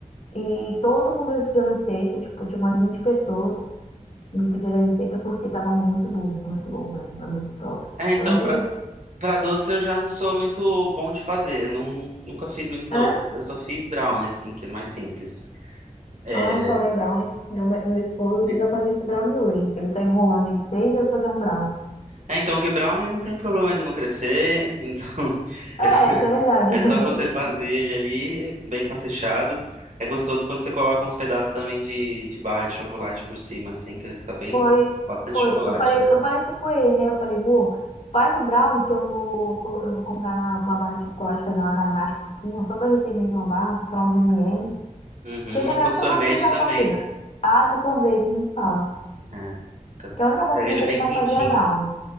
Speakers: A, on the left (about 55°); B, on the right (about 65°).
A: E todo mundo me pediu a receita, tipo, tinha umas 20 pessoas me pediram a receita porque tava muito bom, muito bom mesmo. É muito top.
B: É, então,
A: Então, eu indico...
B: pra, pra doce eu já não sou muito bom de fazer. Eu não, não- nunca fiz muito
A: É?
B: doce. né? Eu só fiz brownie, assim, que é mais simples. É,
A: Ai, falar em brownie, meu, meu esposo
B: é,
A: precisa fazer esse brownie hoje. porque Ele tá enrolando aí desde eu fazer um brownie.
B: é, então, que brownie não tem problema de não crescer. Então, <laughs>
A: É, isso é verdade.
B: é
A: <laughs>
B: só você fazer ele ali, bem caprichado. É gostoso quando você coloca uns pedaços também de, de barra de chocolate por cima, assim, que ele fica bem,
A: Foi,
B: bastante
A: foi.
B: chocolate,
A: Eu falei,
B: né?
A: eu falei isso com ele, né? Eu falei, amor, faz o brownie que eu vou, colo- eu vou comprar uma barra de chocolate, fazer uma ganache por cima, só derreter mesmo uma barra, comprar uns M&M,
B: Uhum.
A: que também
B: E com
A: é a única
B: sorvete
A: coisa que ele sabe
B: também,
A: fazer.
B: né?
A: Ah, que o sorvete, nem fala.
B: É. Fica-
A: Que a única coisa
B: Pega
A: também
B: ele
A: que
B: bem
A: ele sabe
B: quentinho.
A: fazer é brownie.